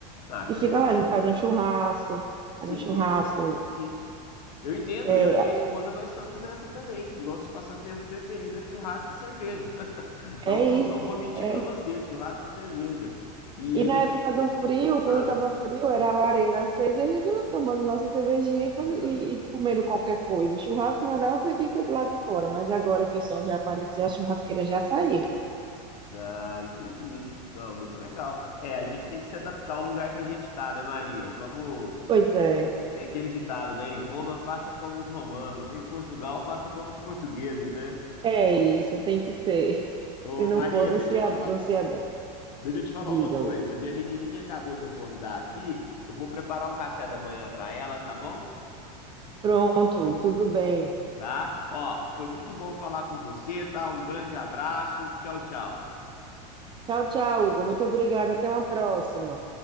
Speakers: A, on the left; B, on the right.
A: Ah,
B: e
A: que
B: fica
A: legal.
B: lá. A gente faz um churrasco,
A: Sim,
B: faz um churrasco.
A: eu- sim. Eu entendo,
B: É,
A: eu e minha esposa nós estamos nessa também. O nosso passatempo preferido é churrasco e cerveja. <laughs>
B: é
A: Não
B: isso.
A: vou, não vou mentir
B: é.
A: para você, churrasco e cerveja. E
B: E
A: a
B: na
A: gente.
B: época do frio, quando
A: Ah,
B: estava frio, era a lareira acesa e a gente lá tomando nossa cervejinha e, faze-
A: não,
B: e- e comendo qualquer coisa. O churrasco não dava porque tinha que ser do lado de fora, mas agora que o sol já apareceu, a churrasqueira já saiu.
A: ah, entendi. Não, muito legal. É, a gente tem que se adaptar ao lugar que a gente está, né, Maria? Vamos.
B: Pois é.
A: Tem aquele ditado, né? Em Roma, faça como os romanos. Em Portugal, faça como os portugueses, né?
B: É isso, tem que ser.
A: Ô,
B: Se não
A: Maria,
B: for, não
A: deixa
B: se,
A: eu
B: a-
A: te falar.
B: não se adapta.
A: Deixa eu te falar
B: Diga,
A: uma coisa.
B: Hugo.
A: Minha menininha acabou de acordar aqui. Eu vou preparar um café da manhã pra ela, tá bom?
B: Pronto, Hugo, tudo bem.
A: Tá? Ó, foi muito bom falar com você, tá? Um grande abraço. Tchau, tchau.
B: Tchau, tchau, Hugo. Muito obrigada. Até uma próxima.